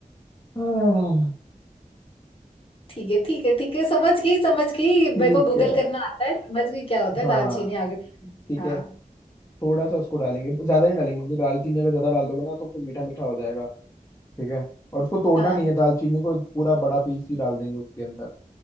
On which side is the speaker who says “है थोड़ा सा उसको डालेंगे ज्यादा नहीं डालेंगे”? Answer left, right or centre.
Left